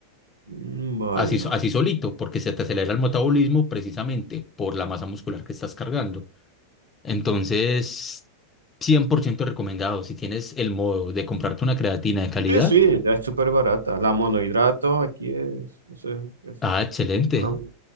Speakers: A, on the right; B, on the left.
A: Mm, Vale,
B: Así, so- así solito, porque se te acelera el metabolismo precisamente por la masa muscular que estás cargando. Entonces, 100% recomendado. Si tienes el modo de comprarte una creatina de calidad,
A: Sí, sí, ya es súper barata. La monohidrato aquí es, eso es, es
B: ah, excelente.
A: económico.